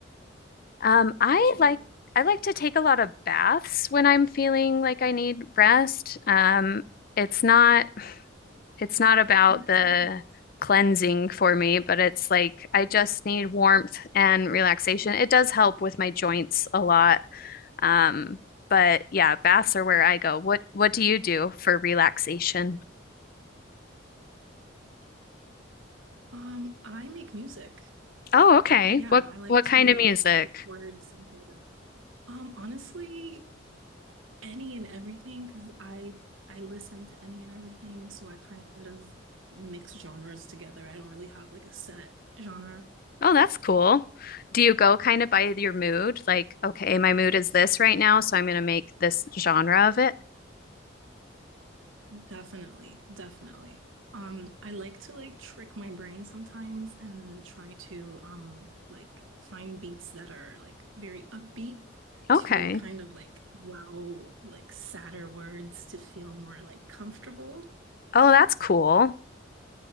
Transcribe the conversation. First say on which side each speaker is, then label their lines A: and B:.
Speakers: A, on the left (about 45°); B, on the right (about 85°).
A: Um, I
B: to
A: like
B: you?
A: I like to take a lot of
B: Yeah.
A: baths when I'm feeling like I need rest. Um, it's not it's not about
B: Oh, that's
A: the
B: nice.
A: cleansing for me, but it's like I just need warmth and relaxation. It does help with my joints a lot. Um, but yeah, baths are where I go. What what do you do for relaxation?
B: Um, I make music.
A: Oh, okay.
B: Yeah,
A: What
B: I like
A: what kind
B: to
A: of
B: uh,
A: music?
B: record some things. Um, honestly, any and everything because I I listen to any and everything, so I kind of mix genres together. I don't really have like a set genre.
A: Oh, that's cool. Do you go kind of by your mood? Like, okay, my mood is this right now, so I'm going to make this genre of it.
B: Definitely, definitely. Um, I like to like trick my brain sometimes and try to um like find beats that are like very upbeat
A: Okay.
B: to kind of like wow like sadder words to feel more like comfortable.
A: Oh, that's cool.